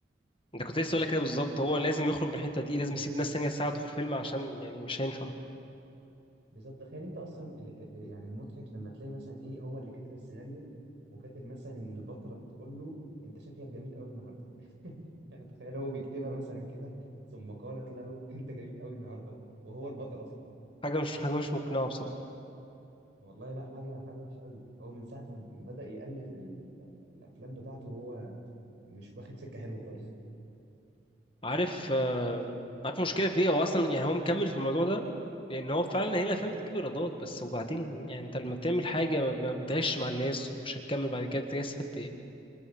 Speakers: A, on the left; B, on the right.
A: انت كنت لسه هقول لك كده بالظبط هو لازم يخرج من الحته دي لازم
B: اه
A: يسيب ناس تانية تساعده في الفيلم عشان يعني مش هينفع
B: بالظبط تخيل انت اصلا ال- ال- يعني المضحك لما تلاقي مثلا ايه هو اللي كاتب السيناريو وكاتب مثلا ان البطلة بتقول له انت شكلك جميل قوي النهارده <laughs> يعني تخيل هو بيكتبها مثلا كده ثم قالت له انت جميل قوي النهارده وهو البطل اصلا
A: حاجه مش حاجه مش مقنعه بصراحه
B: والله لا حاجة حاجة وحشة قوي هو من ساعة ما ما بدأ يألف ال- ال- الافلام بتاعته هو مش واخد سكة حلوة خالص
A: عارف آه، عارف المشكله في ايه هو اصلا يعني هو مكمل في الموضوع ده لان هو فعلا هي الافلام بتجيب ايرادات بس وبعدين يعني انت لما بتعمل حاجه ما ما بتعيش مع الناس ومش هتكمل بعد كده انت استفدت ايه